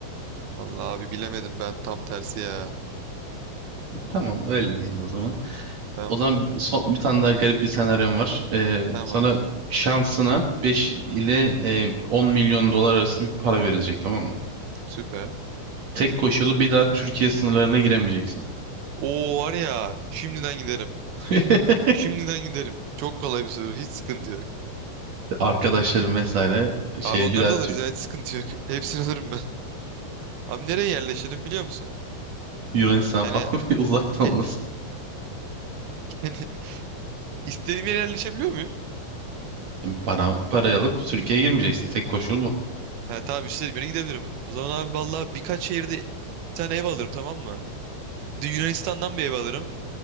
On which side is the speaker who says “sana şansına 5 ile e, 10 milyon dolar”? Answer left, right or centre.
Right